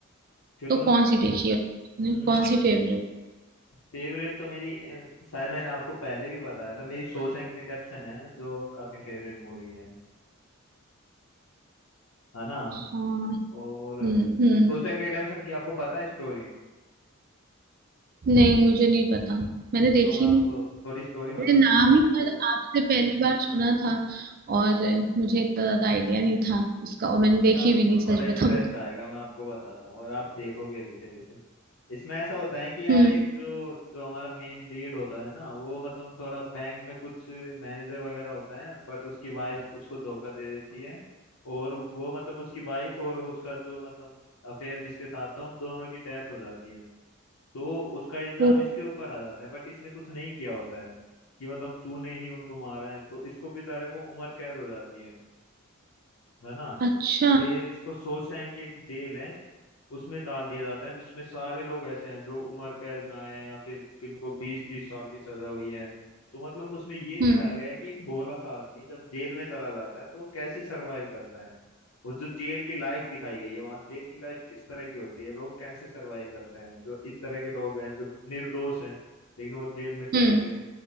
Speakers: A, on the left; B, on the right.
A: क्योंकि
B: तो
A: मैं
B: कौन सी देखी है आपने?
A: हम्म
B: कौन सी फेवरेट
A: फेवरेट तो मेरी अ, शायद मैंने आपको पहले भी बताया था मेरी शॉशैंक रिडेम्पशन है जो काफी फेवरेट मूवी है है ना
B: हाँ
A: और
B: हम्म हम्म
A: शॉशैंक रिडेम्पशन की आपको पता है स्टोरी
B: नहीं मुझे नहीं पता मैंने देखी
A: चलो मैं आपको
B: नहीं
A: थोड़ी स्टोरी बताता
B: मेरे नाम
A: हूँ आपको
B: ही शायद आपसे पहली बार सुना था और मुझे इतना ज्यादा आइडिया नहीं था इसका और मैंने
A: अभी
B: देखी
A: आपको
B: भी नहीं सच
A: थोड़ा इंटरेस्ट
B: बताऊं तो।
A: आएगा मैं आपको बताता हूँ और आप देखोगे भी फिर इसे इसमें ऐसा होता है कि यार
B: हम्म
A: एक जो जो हमारा मेन लीड होता है ना वो मतलब थोड़ा बैंक में कुछ मैनेजर वगैरह होता है बट उसकी वाइफ उसको धोखा दे देती है और वो मतलब उसकी वाइफ और उसका जो मतलब अफेयर जिसके साथ था उन दोनों की डेथ हो जाती है तो उसका इल्जाम
B: वो
A: इसके ऊपर आ जाता है बट इसने कुछ नहीं किया होता है कि मतलब तूने ही उनको मारा है तो इसको बेचारे को उम्र कैद हो जाती है है ना
B: अच्छा
A: फिर इसको शोशैंक एक जेल है उसमें डाल दिया जाता है जिसमें सारे लोग ऐसे हैं जो उम्र कैद में आए हैं या फिर किनको बीस तीस साल की सजा हुई है तो मतलब उसमें ये दिखाया
B: हम्म
A: गया है कि एक भोला सा आदमी जब जेल में चला जाता है तो वो कैसे सरवाइव करता है और जो जेल की लाइफ दिखाई गई है वहाँ जेल की लाइफ किस तरह की होती है लोग कैसे सरवाइव करते हैं जो इस तरह के लोग हैं जो निर्दोष हैं लेकिन वो जेल में चले
B: हम्म
A: गए